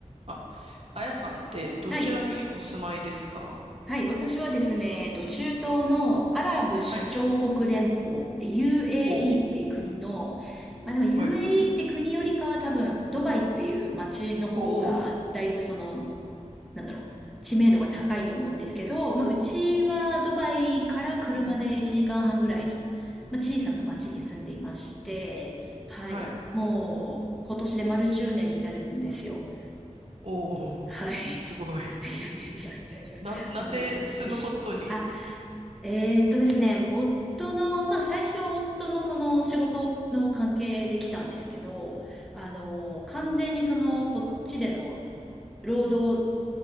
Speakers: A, on the right; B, in the centre.
A: あ、あやさんってどちらにお住まいですか？
B: はい。はい。私はですね、えっと、中東のアラブ首長国連邦、
A: はい。
B: UAE
A: お、
B: っていう国の、まあでも UAE
A: はい。
B: って国よりかは多分、ドバイっていう街の方が、
A: お。う
B: だいぶその、なんだろう、知名度が高いと思うんですけど、まあうちはドバイから車で1時間半ぐらいの、
A: んうん
B: まあ小さな街に住んでいまして、
A: うん。
B: はい。
A: はい。
B: もう、今年で丸10年になるんですよ。
A: お、
B: はい。
A: すごい。
B: <laughs> いやいやいやいやいや、
A: なんなんで住むことに。
B: もうなんか一瞬、あ、えーっとですね、夫の、まあ最初は夫のその仕事の関係で来たんですけど、あの、
A: うん
B: 完全にそのこっちでの労働
A: うん